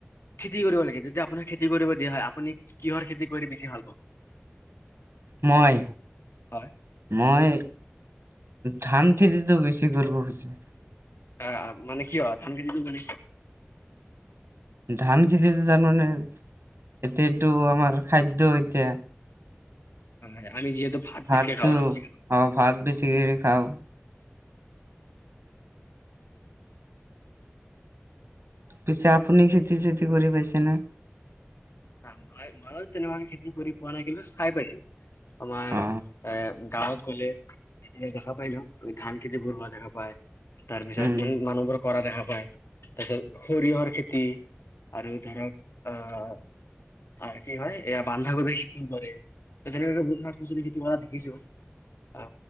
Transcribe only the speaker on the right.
মই
মই ধান খেতিটো বেছি কৰিব খুজো।
ধান খেতিতো তাৰমানে এতিয়া এইটো আমাৰ খাদ্য এতিয়া
ভাতটো,
অ ভাত বেছি কৰি খাও। পিছে আপুনি খেতি - চেতি কৰি পাইছেনে?
অ
উম